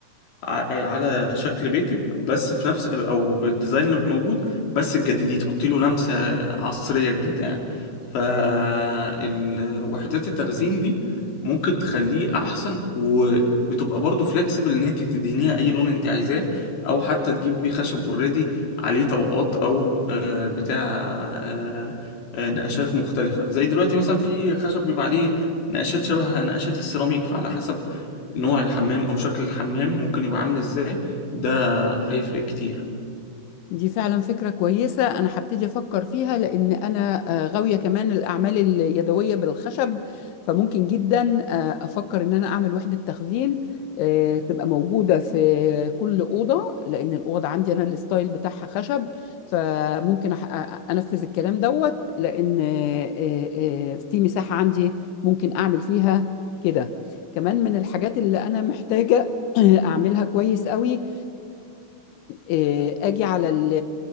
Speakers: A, on the left; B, on the left.
A: ع- على شكل بيتك بس في نفس او بالديزاين اللي موجود بس تجدديه تحطي له لمسه عصريه جديده يعني فالوحدات التخزين دي ممكن تخليه احسن وبتبقى برضه فلكسبل ان انت تدهنيها اي لون انت عايزاه او حتى تجيبي خشب اوريدي عليه طبقات او آه، بتاع آه، آه، نقشات مختلفه زي دلوقتي مثلا في خشب بيبقى عليه نقشات شبه نقشات السيراميك فعلى حسب نوع الحمام او شكل الحمام ممكن يبقى عامل ازاي ده هيفرق كتير
B: دي فعلا فكرة كويسة أنا هبتدي أفكر فيها لأن أنا آه، غاوية كمان الأعمال اليدوية بالخشب فممكن جدا آه، أفكر إن أنا أعمل وحدة تخزين آه، تبقى موجودة في كل أوضة لأن الأوضة عندي أنا الستايل بتاعها خشب فممكن أح- أ- أنفذ الكلام دوت لأن آه، آه، آه، في مساحة عندي ممكن أعمل فيها كده كمان من الحاجات اللي أنا محتاجة <coughs> <clears throat> أعملها كويس قوي آه، اجي على ال-